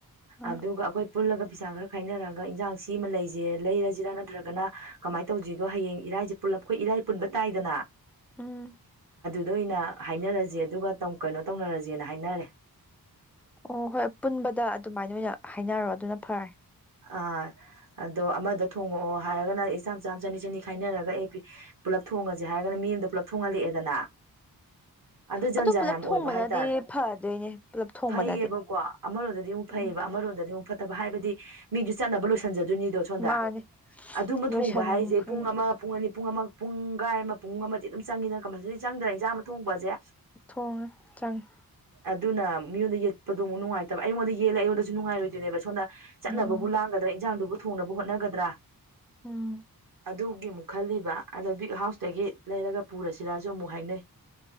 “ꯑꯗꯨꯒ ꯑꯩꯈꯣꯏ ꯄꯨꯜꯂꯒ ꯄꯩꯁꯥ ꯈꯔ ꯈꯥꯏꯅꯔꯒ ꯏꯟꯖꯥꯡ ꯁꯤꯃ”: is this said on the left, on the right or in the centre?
Right